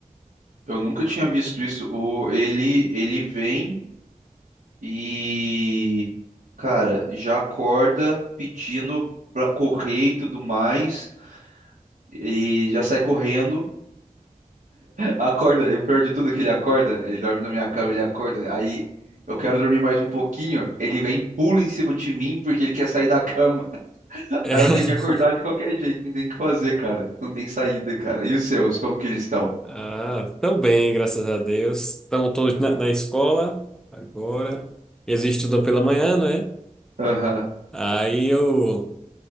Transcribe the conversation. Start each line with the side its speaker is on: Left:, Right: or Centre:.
Right: Eu nunca tinha visto isso. O... Ele... ele vem e. Cara, já acorda pedindo pra correr e tudo mais, e já sai correndo. Acorda, e o pior de tudo é que ele acorda, ele dorme na minha cama, ele acorda, aí eu quero dormir mais um pouquinho, ele vem, e pula em cima de mim porque ele quer sair da cama. <laughs>
Centre: É.
Right: Aí
Centre: <laughs>
Right: eu tenho que acordar de qualquer jeito, não tem o que fazer, cara. Não tem saída, cara. E os seus, como que eles estão?
Centre: Ah, tão bem, graças a Deus. Estão todos na, na escola agora. Eles estudam pela manhã, né?
Right: Aham.
Centre: Aí eu,